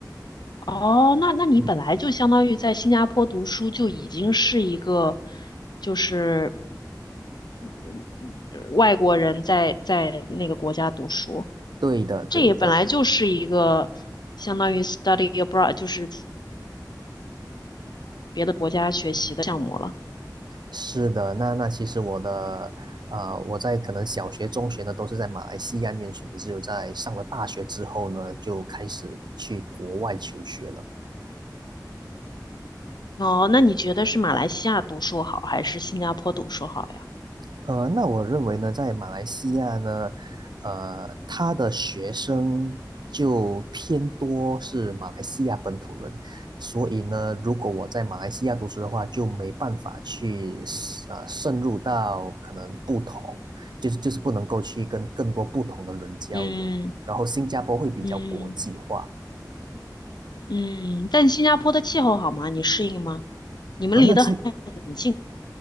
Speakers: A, on the left; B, on the right.
A: 哦，那那你本来就相当于在新加坡读书，
B: 嗯，
A: 就已经是一个就是嗯外国人在在那个国家读书，
B: 对的，对的，
A: 这也本来就是一个相当于 study abroad，就是别的国家学习的项目了。
B: 是的。那那其实我的，呃，我在可能小学、中学呢都是在马来西亚念书的，只有在上了大学之后呢，就开始去国外求学了。
A: 哦，那你觉得是马来西亚读书好，还是新加坡读书好呀？
B: 呃，那我认为呢，在马来西亚呢，呃，他的学生就偏多是马来西亚本土人，所以呢，如果我在马来西亚读书的话，就没办法去呃渗入到可能不同，就是就是不能够去跟更多不同的人交流。
A: 嗯
B: 然后新加坡会比较国际化
A: 嗯嗯，但新加坡的气候好吗？你适应吗？你们离得很近。
B: 啊，那其